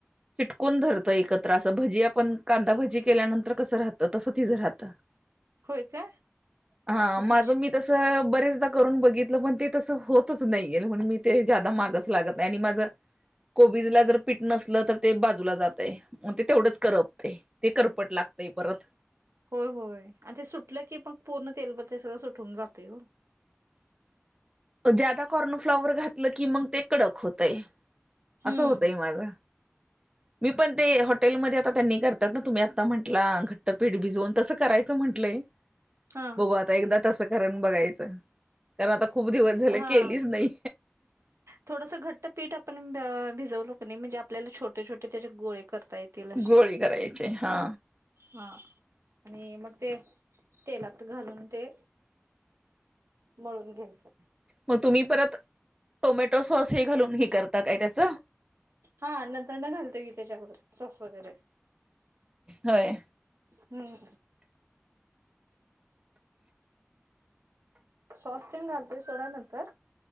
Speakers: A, on the right (about 20°); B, on the right (about 85°).
A: चिटकून धरतं एकत्र अस भजी आपण कांदा भजी केल्यानंतर कसं राहतं तसं तिझं राहतं.
B: होय काय,
A: हा
B: म
A: माझं
B: त्यांची
A: मी बरेचदा करून बघितलं पण ते तस होतच नाही, आणि म्हणुन मी ते ज्यादा मागच लागत नाही आणि माझ कोबीजला जर पीट नसलं तर ते बाजूला जातय, मग ते तेवढंच करपतय ते करपट लागतय. लय परत
B: होय, होय. आणि ते सुटलं की मग पूर्ण तेलवर ते सगळं सुटून जातय हो.
A: ज्यादा कॉर्नफ्लाॉवर घातलं की मग ते कडक होतयं.
B: हम्म
A: असं होतंय माझं. मी पण ते हॉटेलमध्ये आता त्यांनी करतात ना तुम्ही आता म्हटला घट्ट पीठ भिजवून तसं करायचं म्ह म्हटलयं
B: हा
A: बघू आता एकदा तसं करून बघायचं. कारण आता खूप दिवस झाले
B: हा
A: केलीच नाही.
B: थोडस घट्ट पीठ आपण भिजवलो किनइ म्हणजे आपल्या छोटे छोटे त्याचे गोळे करत येतील असे
A: गोळी करायची हा
B: हा. आणि मग ते तेलात घालून ते मळून घ्यायचं.
A: मग तुम्ही परत टोमॅटो सॉस हे घालून हे करता काय त्याच?
B: हा नंतर न घालतोय कि त्याच्यावर सॉस वगैरे.
A: होय
B: हम. सॉस तेन घालतोय सोडा नंतर